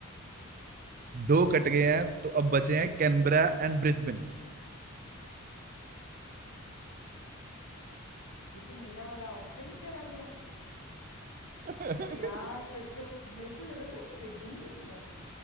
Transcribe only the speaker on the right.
दो कट गए हैं तो अब बचे हैं कैनबरा एंड ब्रिस्बेन
<laughs>